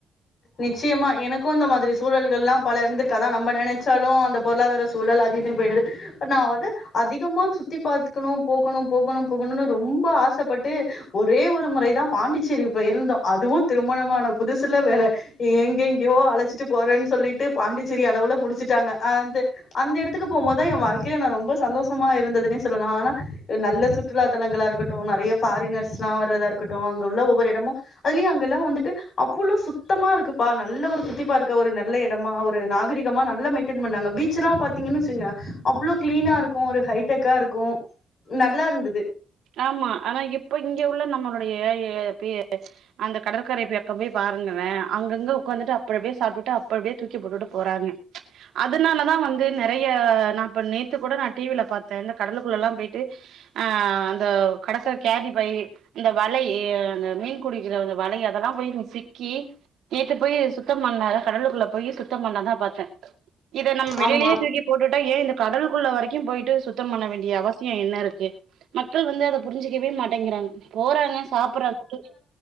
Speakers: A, on the left; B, on the right.
A: நிச்சயமா எனக்கு இந்த மாத்ரி சூழல்கள்ல்லா பல இருந்திருக்கு அதா நம்ம நெனச்சாலு அந்த பொருளாதார சூழல் அதுஇதுன் போயிடுது ஒன்னாவது அதிகமா சுத்தி பாத்துக்கணு போகணு போகணு போகணுனு ரொம்ப ஆசப்பட்டு ஒரே ஒரு முறைதா பாண்டிச்சேரி போய் இருந்தோ அதுவு திருமணமான புதுசுல வேற எங்க எங்கேயோ அழச்சிட்டு போறேன்னு சொல்லிட்டு பாண்டிச்சேரி அளவுல முடிச்சுட்டாங்க அ த அந்த இடத்துக்கு போம்போதா வாழ்க்கையில நா ரொம்ப சந்தோஷமா இருந்ததுன்னே சொல்லலா ஆனா நல்ல சுற்றுலாத்தலங்களா இருக்கட்டு நெறைய ஃபாரினர்ஸ் ல்லா வர்றதா இருக்கட்டு அங்க உள்ள ஒவ்வொரு எடமு அதுலயு அங்க எல்லா வந்துட்டு அவ்ளோ சுத் தமா இருக்குப்பா நல்ல ஒரு சுத்திபார்க்க ஒரு நல்ல இடமா ஒரு நாகரிகமா நல்ல மெயின்டென் பண்ணாங்க பீச் சுலா பாத்தீங்கன்னு வச்சுங்க அவ்ளோ க்ளீனா இருக்கு ஒரு ஹைடெக்கா இருக்கு நல்லா இருந்தது
B: ஆமா ஆனா இப்ப இங்க உள்ள நம்மளுடை எ பே அந்த கடற்கரை பக்கோ போயி பாருங்களே அங்கங்க உக்காந்துட்டு அப்டி அப்டியே சாப்டுட்டு அப்டி அப்டியே தூக்கி போட்டுட்டு போறாங்க அதனாலதா வந்து நெறையா நா இப்ப நேத்து கூட நா டி வி ல பாத்தே இந்த கடலுக்குள்ள எல்லா போயிட்டு அ அந்த கெடக்குற கேரி பை இந்த வலை அந்த மீன் குடிக்கிற அந்த வலை அதெல்லா போயி சிக்கி நேத்து போயி சுத்த பண்ண கடலுக்குள்ள போயி சுத்தம் பண்ணத பாத்தே இது நம்ம வெளியிலேயே
A: ஆமா
B: தூக்கி போட்டு ஏ இந்த கடலுகுள்ள வரைக்கு போயிட்டு சுத்தோ பண்ண வேண்டிய அவசிய என்ன இருக்கு மக்கள் வந்து அத புரிஞ்சுக்கவே மாட்டேங்கிறாங்க போறாங்க சாப்றாங்க தூக்கி